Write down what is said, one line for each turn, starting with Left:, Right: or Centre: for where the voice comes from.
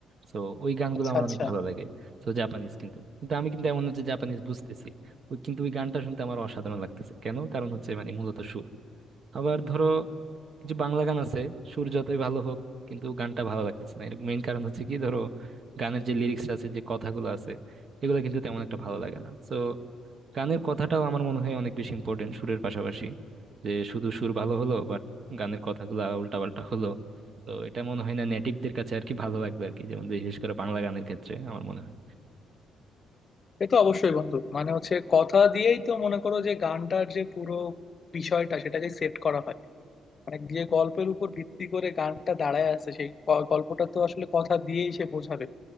Right: তো ওই গানগুলো
Left: আচ্ছা
Right: আমার
Left: আচ্ছা
Right: অনেক ভালো লাগে তো জাপানিজ কিন্তু কিন্তু আমি কিন্তু এমন না যে জাপানিজ বুঝতেছি ওই কিন্তু ওই গানটা শুনতে আমার অসাধারণ লাগতেছে কেন কারণ হচ্ছে মানে মূলত সুর আবার ধরো কিছু বাংলা গান আছে সুর যতই ভালো হোক কিন্তু গানটা ভালো লাগতেছে না এর মেইন কারণ হচ্ছে কি ধরো গানের যে লিরিক্স আছে যে কথাগুলো আছে এগুলো কিন্তু তেমন একটা ভালো লাগে না তো গানের কথাটাও আমার মনে হয় অনেক বেশি ইম্পর্টেন্ট সুরের পাশাপাশি যে শুধু সুর ভালো হলো বাট গানের কথাগুলো উল্টাপাল্টা হলো তো এটা মনে হয় না নেটিভদের কাছে আর কি ভালো লাগবে আর কি যেমন বিশেষ করে বাংলা গানের ক্ষেত্রে আমার মনে হয়
Left: এ তো অবশ্যই বন্ধু মানে হচ্ছে কথা দিয়েই তো মনে করো যে গানটার যে পুরো বিষয়টা সেটাকে সেট করা হয় মানে যে গল্পের উপর ভিত্তি করে গানটা দাঁড়ায় আছে সেই গ- গল্পটা তো আসলে কথা দিয়েই সে বোঝাবে